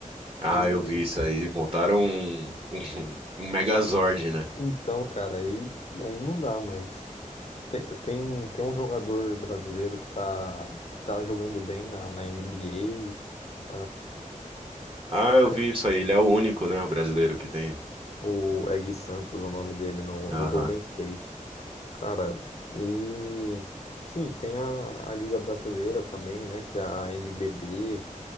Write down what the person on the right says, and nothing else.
Ah,
eu vi isso aí. Montaram um, <laughs> um, um Megazord, né?
Ah,
eu vi isso aí. Ele é o único, né, o brasileiro que tem.
Aham.